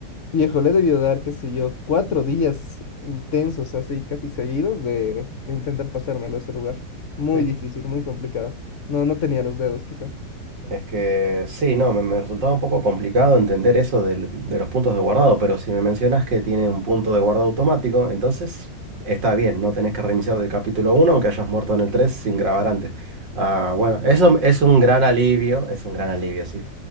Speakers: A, on the left (about 50°); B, on the right (about 80°).
A: Viejo, le he debido dar, qué sé yo, cuatro días intensos, así casi seguidos, de, de intentar pasármelo a ese lugar. Muy
B: Es,
A: difícil, muy complicado. No, no tenía los dedos, quizá.
B: es que sí, no, me, me resultaba un poco complicado entender eso del- de los puntos de guardado, pero si me mencionas que tiene un punto de guardado automático, entonces está bien, no tenés que reiniciar del capítulo uno, aunque hayas muerto en el 3 sin grabar antes. Ah, bueno, eso es un gran alivio, es un gran alivio, sí.